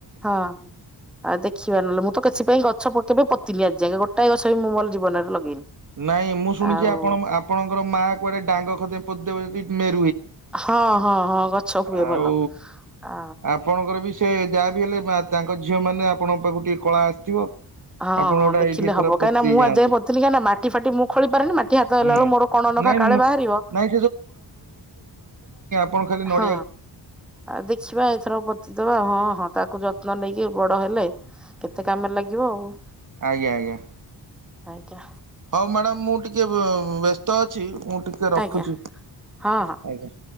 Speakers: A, in the centre; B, on the right.
A: ହଁ ଆଉ ଦେଖିବା ନଲେ ମୁଁ ତ କିଛି ପାଇଁ ଗଛ ପ କେବେ ପ ତିନି ଆଜି ଯାଙ୍କେ ଗୋଟାଏ ଗଛ ବି ମୁଁ ମୋର ଜୀବନରେ ଲଗେଇନି।
B: ନାଇଁ ମୁଁ ଶୁଣିଚି
A: ଆଉ
B: ଆପଣ ମ ଆପଣଙ୍କର ମାଆ କୁଆଡ଼େ ଡାଙ୍ଗ ଖଣ୍ଡେ ପୋତିଦେବେ ବିତ୍ ମେ
A: ହଁ ହଁ ହଁ। ଗଛ ହୁଏ
B: ଆଉ
A: ଭଲ ଆ
B: ଆପଣଙ୍କର ବି ସେ ଯାହା ବିି ହେଲେ ମା ତାଙ୍କ ଝିଅ ମାନେ ଆପଣଙ୍କ ପାଖୁକୁ ଟିକେ କଳା ଆସିଥିବ।
A: ହଁ
B: ଆପଣ
A: ହଁ
B: ଗୋଟା
A: ଦେଖିଲେ
B: ଏଇଠି ଏଥର
A: ହବ
B: ପୋତି
A: କାହିଁ ନାଁ ମୁଁ
B: ଯାଆନ୍ତୁ
A: ଆଜି ଯାଏ ପୋତିଥିଲି କାହିଁ ନାଁ ମାଟି ଫାଟି ମୁଁ ଖୋଳି ପାରେନି ମାଟି ହାତ ହେଲା
B: ହୁଁ
A: ଅଳୁ ମୋର କଣ ନଖା
B: ନାଇଁ
A: କାଳେ
B: ମୁଁ
A: ବାହାରିବ
B: ନାଇଁ ପଣ ଖାଲି ନ
A: ହଁ ଆ ଦେଖିବା ଏଥରକ ପୋତିଦବା ହଁ ହଁ ତାକୁ ଯତ୍ନ ନେଇକି ବ ରହେଲେ କେତେ କାମରେ ଲାଗିବ ଆଉ।
B: ଆଜ୍ଞା ଆଜ୍ଞା
A: ଆଜ୍ଞା
B: ହଉ ମ୍ୟାଡାମ ମୁଁ ଟି ଟିକେ ବ ବ୍ୟସ୍ତ ଅଛି ମୁଁ ଟିକେ ରଖୁଛି
A: ଆଜ୍ଞା
B: ଆଜ୍ଞା।
A: ହଁ ହଁ।